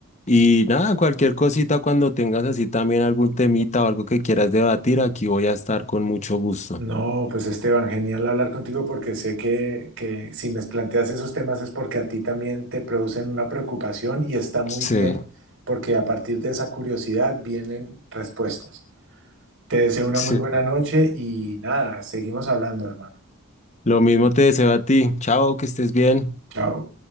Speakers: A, on the left; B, on the right.
A: Y nada, cualquier cosita cuando tengas así también algún temita o algo que quieras debatir, aquí voy a estar con mucho gusto.
B: No, pues Esteban, genial hablar contigo porque sé que, que si me planteas esos temas es porque a ti también te producen una preocupación y está muy
A: Sí,
B: bien porque a partir de esa curiosidad vienen respuestas. Te deseo una
A: sí.
B: muy buena noche y nada, seguimos hablando, hermano.
A: Lo mismo te deseo a ti. Chao, que estés bien.
B: Chao.